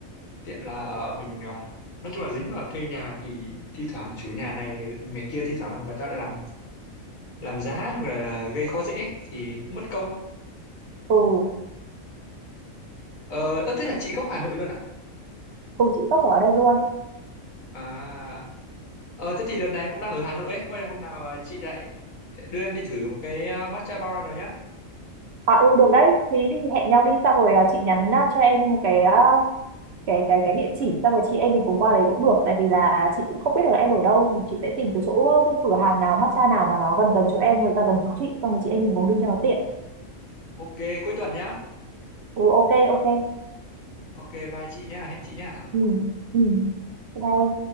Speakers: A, on the left; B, on the right.
A: tiện là ờ, mình ờ, nói chung là dính vào thuê nhà thì thi thoảng chủ nhà này ngày kia thi thoảng người ta lại làm làm giá hoặc là gây khó dễ thì cũng mất công
B: ừ
A: ờ ơ, thế là chị gốc Hà Nội luôn à
B: ừ chị gốc ở đây luôn
A: à ờ thế thì đợt này cũng đang ở Hà Nội ấy Thôi hôm nào ờ, chị lại đưa em đi thử một cái ờ, matcha bar rồi nhá
B: à ừ được đấy thì, đi thì hẹn nhau đi xong rồi à, chị nhắn à, cho em cái à, cái cái cái địa chỉ xong rồi chị em mình cùng qua đấy cũng được tại vì là chị cũng không biết được là em ở đâu thì chị sẽ tìm cái chỗ cái cửa hàng nào matcha nào mà nó gần gần chỗ em người ta gần chỗ chị xong rồi chị em mình cùng đi cho nó tiện
A: ok cuối tuần nhá
B: ừ ok ok
A: ok bye chị nhá hẹn chị nhá
B: ừ ừ đây